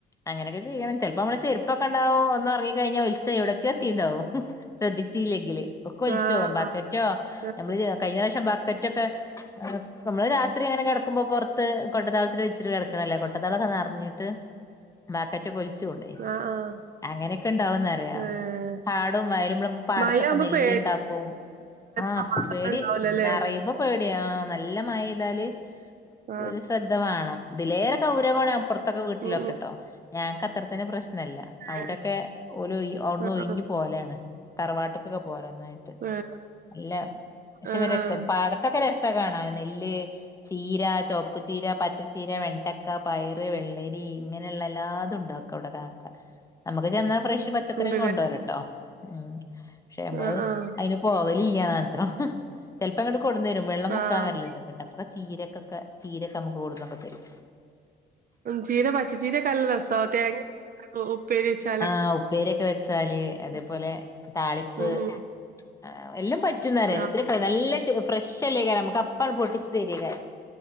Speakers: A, on the left; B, on the right.
A: അങ്ങനൊക്കെ ചെയ്യണം ചെൽപ്പോ അമ്മളെ ചെരുപ്പൊക്കെ ഇണ്ടാവും ഒന്ന് ഒറങ്ങി കഴിഞ്ഞാ ച എവ്ടെക്കെ എത്തിണ്ടാവും ശ്രദ്ധിച്ചില്ലെങ്കില് ഒക്കെ ഒൽച്ചോവും
B: ആഹ്
A: ബാക്കറ്റോ
B: ആഹ്
A: നമ്മള് കഴിഞ്ഞ പ്രാവശ്യം ബക്കറ്റൊക്കെ ഏഹ് നമ്മള് രാത്രി ഇങ്ങനെ കെടക്കുമ്പോ പൊർത്ത് കൊട്ടത്തളത്തില് വെച്ചിട്ട് കെടക്കണല്ലേ കൊട്ടത്തളൊക്കെ ന്നർഞ്ട്ട് ബക്കറ്റൊക്കെ ഒൽച്ച് കൊണ്ടേയ്നി
B: ആഹ് ആഹ്
A: അങ്ങനെക്കെ ഇണ്ടാവും ന്നറയാ
B: ഏഹ്
A: <unintelligible> വയിലും പ്ലം പാടത്തൊക്കെ
B: മഴയാവുമ്പോ
A: നെല്ല്ണ്ടാക്കും
B: പേടിക്കാനും
A: ആഹ്
B: സമാധാനം
A: പേടി
B: ഉണ്ടാവൂലല്ലേ
A: ഉം ഇത് പ്പ പേടിയാ ആഹ് നല്ല മയെയ്താല്
B: ആഹ്
A: ഒര് ശ്രദ്ധ വാണം ഇതിലേറെ കൗരവാണ് അപ്പോർത്തൊക്കെ വീട്ടിലൊക്കെട്ടോ
B: ഉം ഉം
A: ഞങ്ങക്ക് അത്രത്തന്നെ പ്രശ് ന്നല്ല അവ്ടൊക്കെ
B: ഏഹ്
A: ഓല് ഒയി അവ്ട്ന്ന്
B: ആഹ്
A: ഒഴിഞ്ഞ്
B: ആഹ്
A: പോലാണ് തറവാട്ട്ക്കൊക്കെ പോല ഒന്നായി ട്ട്
B: ഏഹ്
A: ഇല്ല <unintelligible>
B: ആഹ് ആഹ്
A: പാടത്തൊക്കെ രസാ കാണാന് നെല്ല്, ചീര, ചൊവപ്പ് ചീര, പച്ചച്ചീര വെണ്ട ക്ക പയറ്, വെള്ളരി ഇങ്ങനെള്ളെ എല്ലാതും ഇണ്ടാക്കും അവ്ടെ കാക്ക നമക്ക് ചെന്ന ഫ്രഷ് പച്ചക്കറിക്കൊ
B: ഉണ്ട്ല്ലേ
A: കൊണ്ടോരോട്ടോ ഉം പക്ഷെ അമ്മള്
B: ആഹ് ആഹ്
A: അയ്ലെ പോകലില്ല്യന്ന് മാത്രം ചെൽപ്പം ഇങ്ങട്ട് കൊട്ന്നെരും വെള്ളം മുക്കാം
B: ആഹ്
A: വെര്ല്ണ്ട് ഇങ്ങട്ടൊക്കെ അപ്പൊക്കെ ചീരക്കൊക്കെ ചീരൊക്കെ അമ്മക്ക് കൊട്ന്നൊക്കെ തെരും
B: ചീര പച്ച ചീരാക്കല്ലോ രസാ തെങ്ങി ഉം ഉപ്പേരിച്ചാ
A: ആഹ് ഉപ്പേരൊക്കെ വെച്ചാല് അതേപോലെ താളിപ്പ്
B: ഉം ഉം
A: ആഹ് എല്ലാം പറ്റുംന്നറിയാ എല്ലാത്തിനും.
B: ആഹ്
A: നല്ല ചുക ഫ്രഷ്ല്ലേയ്കാരേം നമുക്ക് അപ്പണ് പൊട്ടിച്തെരയ്കാരം